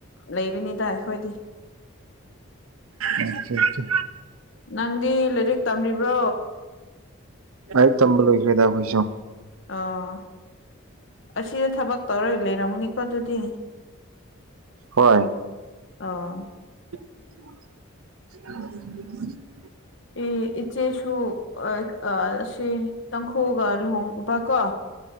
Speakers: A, on the left (about 60°); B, on the right (about 80°).
A: ꯂꯩꯕꯅꯤ ꯗꯥ ꯑꯈꯣꯏꯗꯤ
B: ꯑ ꯆꯥ ꯆꯥ
A: ꯅꯪꯗꯤ ꯂꯥꯏꯔꯤꯛ ꯇꯝꯔꯤꯕ꯭ꯔꯣ
B: ꯂꯥꯏꯔꯤꯛ ꯇꯝꯕ ꯂꯣꯏꯈ꯭ꯔꯦꯗ ꯑꯈꯣꯏꯁꯨ
A: ꯑꯣ ꯑꯁꯤꯗ ꯊꯕꯛ ꯇꯧꯔ ꯂꯩꯔꯝꯃꯅꯤ ꯀ‌ꯣ ꯑꯗꯨꯗꯤ
B: ꯍꯣꯏ
A: ꯑꯣ
B: <unintelligible>
A: ꯑꯦ ꯏꯆꯦꯁꯨ ꯑꯥ ꯁꯤ ꯇꯥꯡꯈꯨꯜꯒ ꯂꯨꯍꯣꯡꯕ ꯀꯣ